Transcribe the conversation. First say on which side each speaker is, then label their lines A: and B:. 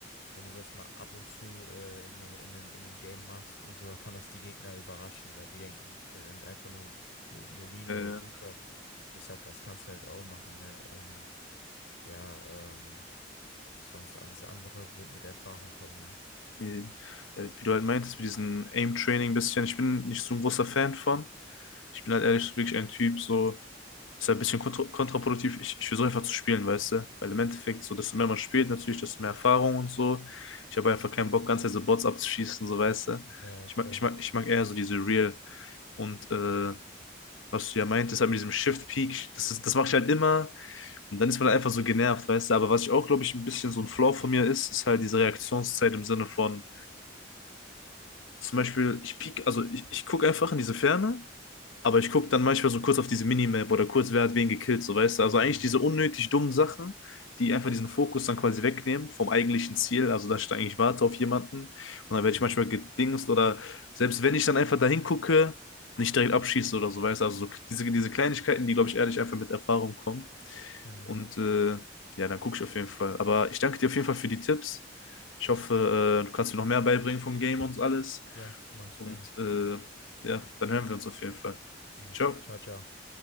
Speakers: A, on the left (about 70°); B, on the left (about 90°).
A: wenn du das mal ab und zu äh, in einem, in einem, in einem Game machst und so, da kann das die Gegner überraschen, weil die denken, ne, der rennt einfach nur äh, eine Linie
B: Ja, ja.
A: runter. Deshalb, das kannst du halt auch machen, ne? Und ja, ähm, sonst alles andere wird mit Erfahrung kommen, ne?
B: äh, äh, wie du halt meintest, mit diesem Aim-Training ein bisschen, ich bin nicht so ein großer Fan von. Ich bin halt ehrlich so wirklich ein Typ, so ist halt ein bisschen kontra kontraproduktiv. Ich, ich versuche einfach zu spielen, weißt du? Weil im Endeffekt, so desto mehr man spielt, natürlich, desto mehr Erfahrung und so. Ich habe einfach keinen Bock, ganz so Bots abzuschießen, so weißt du?
A: Ja,
B: Ich
A: klar.
B: mag, ich mag, ich mag eher so diese Real. Und äh, was du ja meintest, halt mit diesem Shift-Peak, das ist, das mache ich halt immer. Und dann ist man halt einfach so genervt, weißt du? Aber was ich auch, glaube ich, ein bisschen so ein Flaw von mir ist, ist halt diese Reaktionszeit im Sinne von. Zum Beispiel, ich piek, also ich, ich gucke einfach in diese Ferne, aber ich gucke dann manchmal so kurz auf diese Minimap oder kurz, wer hat wen gekillt, so weißt du.
A: Hm,
B: Also eigentlich diese unnötig dummen Sachen, die einfach diesen Fokus dann quasi wegnehmen vom eigentlichen Ziel. Also, dass ich da eigentlich warte auf jemanden und dann
A: hm,
B: werde ich manchmal gedingst oder selbst wenn ich dann einfach da hingucke, nicht direkt abschieße oder so, weißt du. Also so diese, diese Kleinigkeiten, die, glaube ich, ehrlich einfach mit Erfahrung kommen.
A: hm.
B: Und äh, ja, dann gucke ich auf jeden Fall. Aber ich danke dir auf jeden Fall für die Tipps. Ich hoffe, äh, du kannst mir noch mehr beibringen vom Game und alles.
A: Klar, mach ich
B: Und
A: gerne.
B: äh, ja, dann hören wir uns auf jeden Fall.
A: Ja.
B: Ciao.
A: Ciao, ciao.